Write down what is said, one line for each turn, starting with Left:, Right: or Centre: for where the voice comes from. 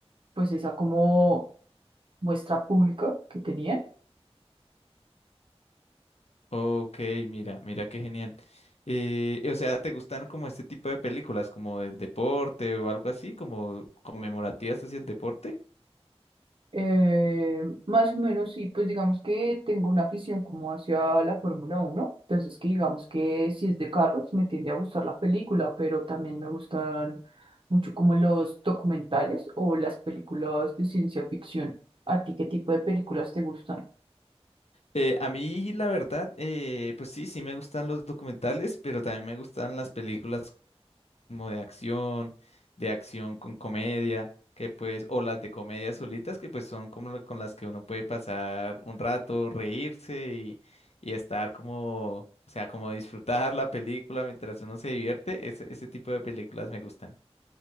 Right: pues esa como muestra pública que tenían.
Left: Ok, mira, mira qué genial. Eh, o sea, ¿te gustan como este tipo de películas, como del deporte o algo así, como conmemorativas hacia el deporte?
Right: Eh, más o menos, sí, pues digamos que tengo una afición como hacia la Fórmula uno entonces que digamos que si es de carros me tiende a gustar la película, pero también me gustan mucho como los documentales o las películas de ciencia ficción. ¿A ti qué tipo de películas te gustan?
Left: Eh, a mí, la verdad, eh, pues sí, sí me gustan los documentales, pero también me gustan las películas como de acción, de acción con comedia, que pues, o las de comedia solitas, que pues son como la- con las que uno puede pasar un rato, reírse y, y estar como, o sea, como disfrutar <laughs> la película mientras uno se divierte, ese, ese tipo de películas me gustan.